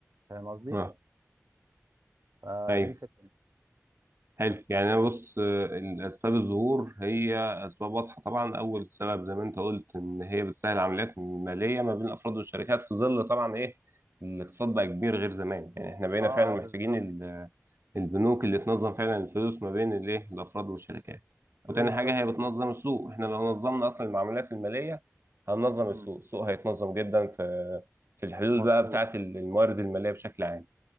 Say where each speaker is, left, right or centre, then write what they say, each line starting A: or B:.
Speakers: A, on the right; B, on the right.
A: فاهم قصدي
B: آه،
A: فدي
B: ايوه
A: الفكره
B: حلو يعني انا بص آه، الاسباب الظهور هي اسباب واضحه طبعا اول سبب زي ما انت قلت ان هي بتسهل عمليات ماليه ما بين الافراد والشركات في ظل طبعا ايه الاقتصاد بقى كبير غير زمان يعني احنا بقينا
A: اه
B: فعلا
A: اه
B: محتاجين
A: بالظبط
B: ال-
A: كده
B: البنوك اللي تنظم فعلا الفلوس ما بين الايه الافراد والشركات
A: بالظبط
B: وتاني حاجه هي بتنظم
A: كده
B: السوق احنا لو نظمنا اصلا المعاملات الماليه هننظم
A: مم.
B: السوق السوق هيتنظم جدا في في الحلول
A: مظبوط
B: بقى بتاعه الموارد الماليه بشكل عام